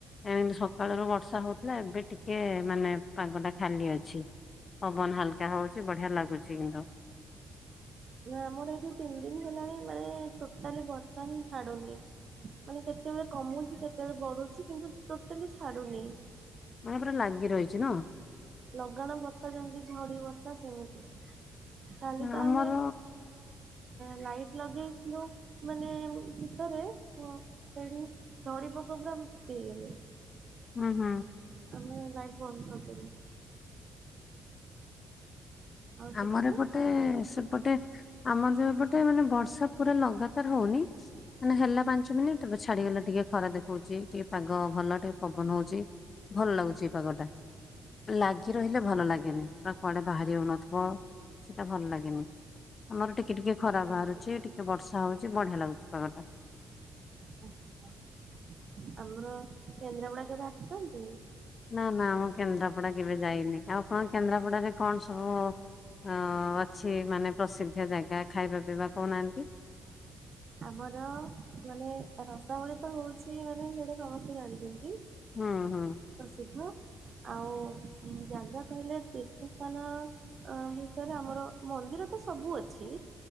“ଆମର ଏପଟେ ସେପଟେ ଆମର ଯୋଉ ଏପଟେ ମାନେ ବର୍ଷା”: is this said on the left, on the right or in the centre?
Left